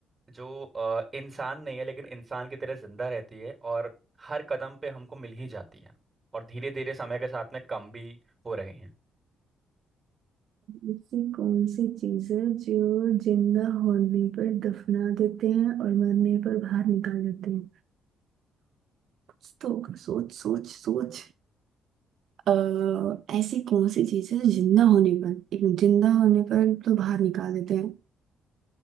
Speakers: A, on the right; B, on the right.
A: जो अ, इंसान नहीं है लेकिन इंसान की तरह जिंदा रहती है और हर कदम पे हमको मिल ही जाती है और धीरे धीरे समय के साथ में कम भी हो रहे हैं
B: ऐसी कौन सी चीज है जो जिंदा होने पर दफना देते हैं और मरने पर बाहर निकाल देते हैं कुछ तो होगा, सोच सोच सोच अः ऐसी कौन सी चीज है जो जिंदा होने पर एक मिनट, जिंदा होने पर तो बाहर निकाल देते हैं